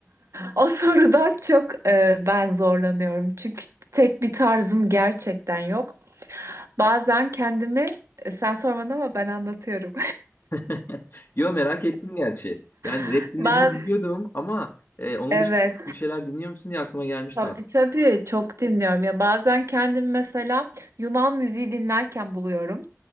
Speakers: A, on the right (about 65°); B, on the left (about 45°).
A: O sorudan çok e, ben zorlanıyorum. Çünkü tek bir tarzım gerçekten yok. Bazen kendimi e, sen sormadın ama ben anlatıyorum.
B: <laughs> Yo merak ettim gerçi. Yani
A: <laughs>
B: rap dinlediğini
A: Baz
B: biliyordum ama e, onun
A: evet
B: dışında bir şeyler dinliyor musun diye aklıma gelmişti
A: Tabii
B: aslında.
A: tabii çok dinliyorum ya bazen kendim mesela Yunan müziği dinlerken buluyorum